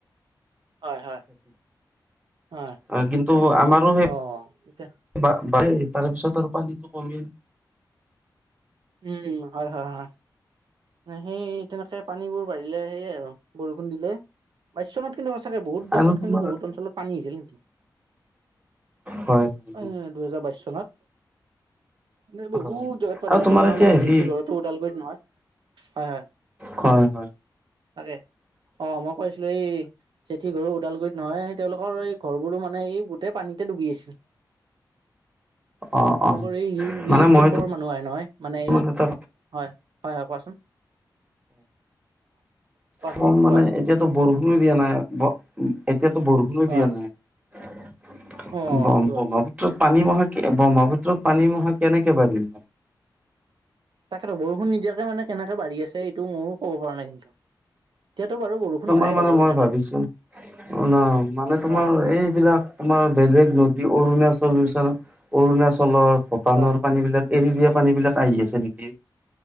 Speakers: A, on the right; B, on the right.
A: হয় হয়। হয়
B: অ কিন্তু আমাৰো সেই।
A: অ তেতিয়া
B: <unintelligible> <unintelligible> তাৰপিছত আৰু পানীটো কমিল।
A: উম হয় হয় হয় সেই তেনেকে পানীবোৰ বাঢ়িলে সেয়ে আৰু। বৰষুণ দিলে বাইছ চনত কিন্তু সঁচাকে বহুত জাগাত
B: আৰু তোমাৰ
A: কিন্তু বহুত অঞ্চলত পানী হৈছিল।
B: হয় হয়
A: এ দুহেজাৰ বাইশ চনত। মানে বহুত
B: হয়
A: জেগাত পানী
B: আৰু
A: হৈছিল
B: তোমাৰ
A: আমাৰ
B: এতিয়া
A: মানে
B: হেৰি
A: জেঠী ঘৰতো ওদালগুৰিত নহয় হয় হয়।
B: হয় হয়।
A: তাকে অ মই কৈ আছিলোঁ এই জেঠী ঘৰো ওদালগুৰিত নহয় তেওঁলোকৰ এই ঘৰ বোৰো মাত মানে এই গোটেই পানীতে ডুবি আছিল।
B: অ
A: তেওঁলোকৰ
B: অ
A: এই ৰি-ৰিলিফ
B: মানে মই
A: কেম্পৰ মানুহ আহে নহয়। মানে
B: তোমাক
A: এই
B: এটা
A: হয় হয় হয় কোৱাচোন অ। কোৱাচোন
B: কম মানে
A: কোৱা
B: এতিয়াতো বৰষুণো দিয়া নাই এতিয়াতো বৰষুণো
A: হয়,
B: দিয়া নাই। <unintelligible>
A: অ', সেইটো হয়,
B: পানী মহা ব্ৰহ্মপুত্ৰত পানী মহা কেনেকে বাঢ়িল।
A: তাকেতো বৰষুণ নিদিয়াকে মানে কেনেকে বাঢ়ি আছে এইটো মইও ক'ব পৰা নাই। এতিয়াতো বাৰু বৰষুণ
B: তোমাৰ
A: নাই
B: মানে
A: বাৰু
B: মই
A: এনেকে।
B: ভাবিছোঁ। <unintelligible> নহ মানে তোমাৰ
A: হয়
B: এইবিলাক তোমাৰ বেলেগ নতু অৰুণাচল <unintelligible> অৰুণাচলৰ, ভূটানৰ
A: হয়
B: পানী বিলাক এৰি দিয়ে। পানী বিলাক আহি আছে নেকি।